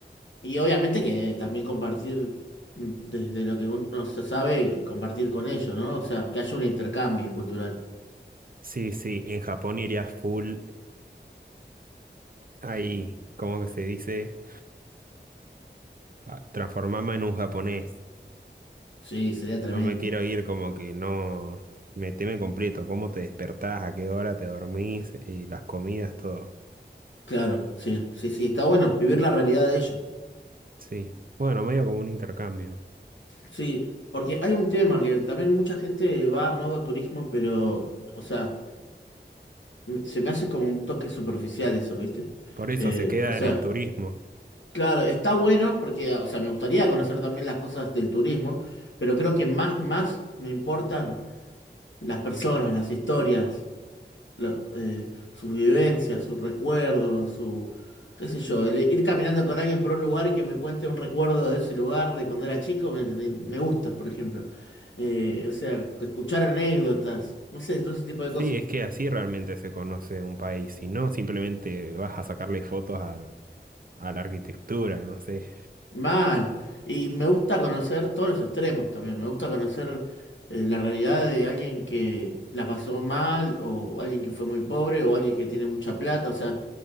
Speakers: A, on the left; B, on the right.
A: Y obviamente que también compartir mm, desde lo que uno se sabe, compartir con ellos, ¿no? O sea, que haya un intercambio cultural.
B: sí, sí. En Japón iría full ahí, ¿cómo que se dice? A- Transformarme en un japonés.
A: Sí, sería tremendo.
B: No me quiero ir, como que no me teme completo. ¿Cómo te despertás? ¿A qué hora te dormís? Y las comidas, todo.
A: Claro, sí, sí, sí, está bueno vivir la realidad de ellos.
B: Sí. Bueno, medio como un intercambio.
A: Sí, porque hay un tema que también mucha gente va a modo turismo, pero, o sea, m- se me hace como un toque superficial eso, ¿viste?
B: Por eso
A: Eh,
B: se queda
A: o sea,
B: en el turismo.
A: claro, está bueno porque, o sea, me gustaría conocer también las cosas del turismo, pero creo que más, más me importan las personas, las historias, la- eh, sus vivencias, sus recuerdos, su, qué sé yo, el ir caminando con alguien por un lugar y que me cuente un recuerdo de ese lugar, de cuando era chico, me, me- me gusta, por ejemplo. Eh, o sea, escuchar anécdotas, no sé, todo ese tipo de
B: Sí,
A: cosas.
B: es que así realmente se conoce un país. Si no, simplemente vas a sacarle fotos a, a la arquitectura, no sé.
A: Man, y me gusta conocer todos los extremos también, me gusta conocer eh, la realidad de alguien que la pasó mal, o alguien que fue muy pobre, o alguien que tiene mucha plata, o sea,